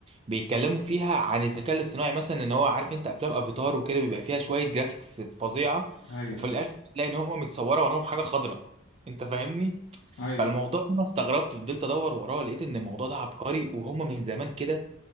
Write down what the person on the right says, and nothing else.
بيتكلموا فيها عن الذكاء الاصطناعي مثلا ان هو عارف انت افلام افاتار وكده بيبقى فيها شويه جرافيكس فظيعه
وفي
الاخر تلاقي ان هم متصوره وراهم حاجه خضراء انت فاهمني
فالموضوع ده انا استغربت فضلت ادور وراه لقيت ان الموضوع ده عبقري وهم من زمان كده